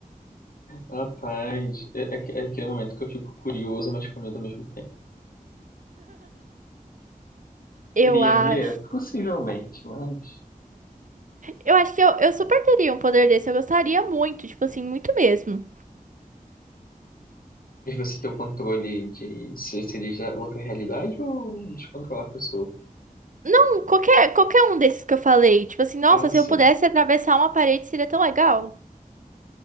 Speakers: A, on the left; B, on the right.
A: Rapaz, é, é, que- é aquele momento que eu fico curioso, mas com medo ao mesmo tempo. Queria
B: Eu acho.
A: ver? Possivelmente, mas.
B: Eu acho que eu, eu super teria um poder desse. Eu gostaria muito, tipo assim, muito mesmo.
A: Mas você tem o controle de se seria da outra realidade ou de controlar a pessoa?
B: Não, qualquer, qualquer um desses que eu falei. Tipo assim, nossa,
A: Ah,
B: se
A: sim.
B: eu pudesse atravessar uma parede seria tão legal.